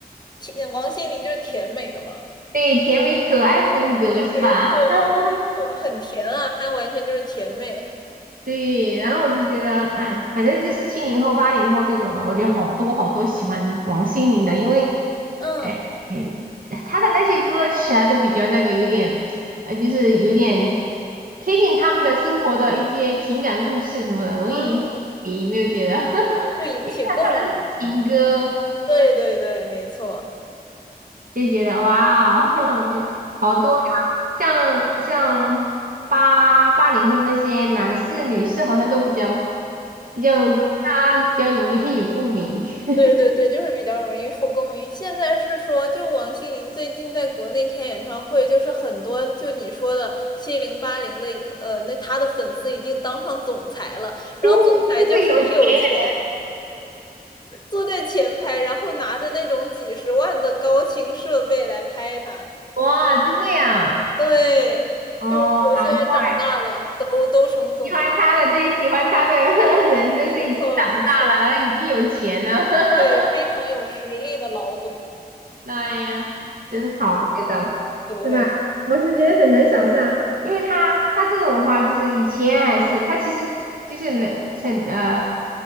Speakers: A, on the left; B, on the right.
A: 甜，王心凌就是甜美的嘛，
B: 对，甜美可爱风格是吧？
A: 没错，
B: <laughs>
A: 没错，很甜啊，她完全就是甜妹，
B: 对，然后我就觉得，哎，反正就是七零后、八零后这种的，我觉得好多好多喜欢王心凌的，因为，
A: 嗯，
B: 哎，嗯她的那些歌词啊，都比较那个，有点，呃，就是有点贴近他们的生活的一些情感故事什么的，容易引起共鸣，
A: 啊，
B: 有没有觉得？<laughs>
A: 就引起共鸣，
B: 因为她唱的是情歌，
A: 对对对，没错。
B: 就觉得哇哦，<laughs> 这好多呀！像像八八零后的那些男士、女士，好像都比较比较大家比较容易有共鸣。<laughs>
A: 对对对，就是比较容易受共鸣。现在是说，就王心凌最近在国内开演唱会，就是很多就你说的七零八零的，呃，那她的粉丝已经当上总裁了，然后总裁就很有钱，
B: 对，就是有钱人，
A: 坐在前排，然后拿着那种几十万的高清设备来拍她。
B: 哇，真的呀！
A: 对，
B: 哦，
A: 就是说现在长大了，
B: 难怪
A: 都都成总裁，
B: 喜欢他的，对，喜欢他的 <laughs> 人都是已经长大了，
A: 没错没错，
B: 然后已经有钱了。<laughs>
A: 对，非常有实力的老总。
B: 哎呀，
A: 嗯，
B: 真好，我觉得，
A: 对。
B: 是吧？我是觉得很难想象，因为他他这种的话，就是以前还是他其实就是冷成呃，